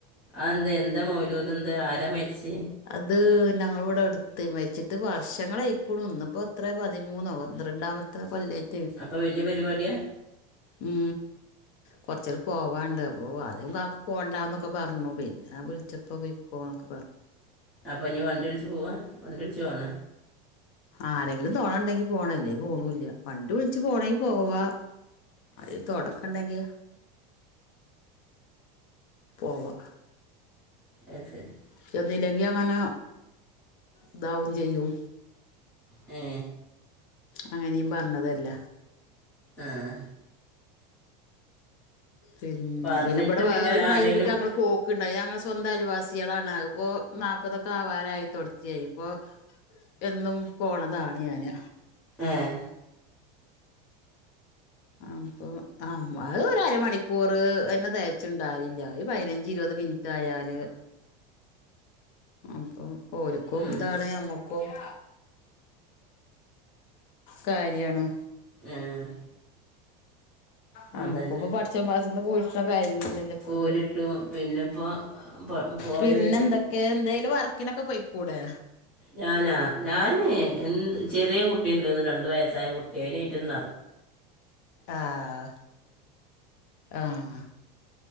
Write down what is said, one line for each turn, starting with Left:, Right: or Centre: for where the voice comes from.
Centre: അ എന്തേ എന്താ മൗലൂതെന്തേ ആരാ മരിച്ചേ?
Left: അതൂ ഞങ്ങളിവിടടുത്ത് മരിച്ചിട്ട്. വർഷങ്ങളായിക്കൂണു ഇന്നിപ്പോ ത്രേ പതിമൂന്നോ പന്ത്രണ്ടാമത്തെ കൊല്ലയ്-
Centre: അപ്പ വല്യ പരിപാടിയാ.
Left: ഉം. കൊറച്ചൽ പോവാണ്ട് അപ്പോ ആദ്യം കാക്ക് പോണ്ടാന്നൊക്കെ പർഞ്ഞു പിന്നെ ആ വിൾച്ചപ്പം പോയ്‌ക്കോന്നൊക്കെ പർ
Centre: അപ്പഞ് വണ്ട്യുൾച്ച് പോവാ വണ്ടി ൾച്ച് പോണ.
Left: ആരെങ്കിലും തോണണ്ടെങ്കി പോണ ല്ലേ പോണൂല്ല വണ്ടി വിൾച്ച് പോണെങ്കി പോവാ. ആരെ തൊടക്കൊണ്ടെങ്കി പോവാ.
Centre: അ സരി.
Left: ചെന്നില്ലെങ്കി അങ്ങനെ ഇതാവും ചെയ്യും.
Centre: ഏ
Left: അങ്ങനീം പർഞ്ഞതല്ല.
Centre: ആഹ്.
Left: പിന്നെ
Centre: പറഞ്ഞിട്ട്
Left: പിന്നെഇബടെ വോറരു
Centre: പിന്നെ ആരേലും
Left: മഗ്‌രിബ് ക് ഞങ്ങള്. പോ ക്ക്ണ്ട് ഞങ്ങ സ്വന്തം അയൽ വാസികളാണ് അതിപ്പോ നാൽപ്പത് തൊക്കെ ആവാറായി തൊടതി കഴിമ്പോ എന്നും പോണതാണ് ഞാന്
Centre: ഏഹ്
Left: അപ്പൊ ആഹ് അത് ഒരു അരമണിക്കൂർ എണ്ണ തെകച്ച്ണ്ടാവൽല്യ ഒരു പതിനഞ്ച്, ഇരുപത് മിൻ തയാല് അപ്പൊ ഓരുക്കും
Centre: ഉം,
Left: ഇതാണ് നമ്മ ഓഹ് കാര്യാണ്
Centre: ഏഹ്
Left: നമ്മുക്ക്
Centre: അതന്നെ
Left: ഇപ്പ പഠിച്ച പാസന്ന് കൂ <unintelligible> ഇപ്പ
Centre: കോലിട്ടു
Left: അത്
Centre: പിന്നെ ഇപ്പോൾ പോയോര്
Left: പിന്നെ എന്തൊക്കെ എന്തേനു വ ഇങ്ങനക്ക പൊയ് കൂടെ?
Centre: ഞാനാ ഞാന് എന്ത് ചെറിയ കുട്ടി ഇണ്ട്ന്ന് രണ്ടു വയസ്സായ കുട്ടി അയിനായിട്ട് ന
Left: ആഹ് ആഹ്